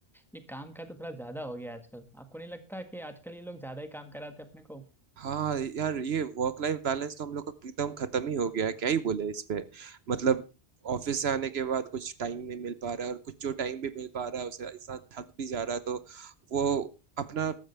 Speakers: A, in the centre; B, on the right (about 70°).
A: ये काम का तो थोड़ा ज्यादा हो गया आजकल आपको नहीं लगता कि आजकल ये लोग ज्यादा ही काम कराते हैं अपने को
B: हाँ यार ये वर्क लाइफ बैलेंस तो हम लोग का एकदम खत्म ही हो गया है क्या ही बोले इस पे मतलब ऑफिस से आने के बाद कुछ टाइम नहीं मिल पा रहा है और कुछ जो टाइम भी मिल पा रहा है उसे इंसान थक भी जा रहा है तो वो अपना